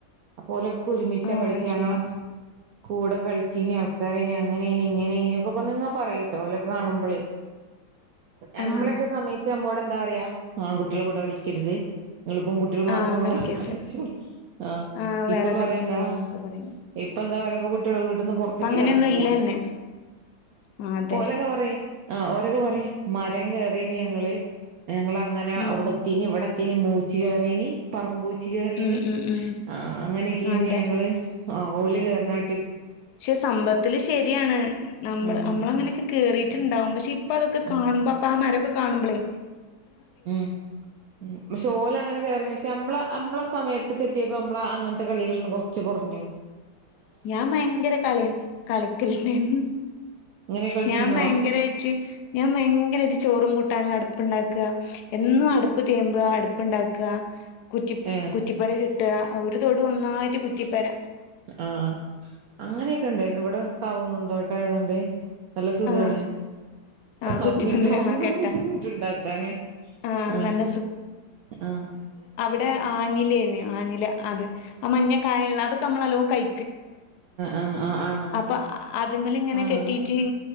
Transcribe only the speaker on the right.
അപ്പോല് ഒരുമിച്ചാ
കളിക്ക
ഞങ്ങളെ
കൂടെ കളിച്ചീനി ആൾക്കാരയ്ന് അങ്ങനെയാന് ഇങ്ങനെയ്ന് ഒക്കെപറഞ്ഞിങ്ങനെ പറയൂട്ടോ ഓലൊക്കെ കാണുമ്പളേ നമ്മളൊക്കെ
സമയത്ത് നമ്മോട് എന്താ പറയാ ആൺ കുട്ടികളെ കൂടെ കളിക്കരുത് നിങ്ങളിപ്പം കുട്ടികൾ മാത്രം
ആ കളിചോളി ആ
ഇപ്പൊ പറയാ
എന്താ
ഇപ്പ എന്താ പറയാ <unintelligible> വീട്ടിന്ന് പുറത്തേക്ക്
ഇറങ്ങൂല
ഓലൊക്കെ പറയും ആ ഓരൊക്കെ പറയും മരം കേറീയ്ന് ഞങ്ങള് ഞങ്ങള് അങ്ങനെ
അവിടെത്തിന് ഇവിടെ ത്തിന് മൂച്ചി കയറീന് പറങ്കോ- കയറീന്
ആ അങ്ങനെയൊക്കെയായിന്ന്
ഞങ്ങള് ആഹ ഓലി കേർനാ
ഉം
ഉം
ഉം പക്ഷെ ഓലങ്ങനെ കേറിയതിനു ശേഷം പനമ്മളെ നമ്മളെ സമയത്തൊക്കെ എത്തിയപ്പോ നമ്മളെ അങ്ങനത്തെ കളികളിന്ന് കൊറച്ച് കുറഞ്ഞു
ഇങ്ങനെ കളിച്ചീന്നോ
ഏ
ആഹ അങ്ങനെയൊക്കെ ഉണ്ടായിന്ന് ഇവിടെ കാവങ്ങും തോട്ട ആതുകൊണ്ട് നല്ല സുഖാണ്
കവങ്ങിന്റെ
മുകളൾ
നങ്ങിട്ടും ഇങ്ങിട്ടുണ്ടാക്കാന്
ആ
ആഹ
ആ ആ ആ ആ
ആ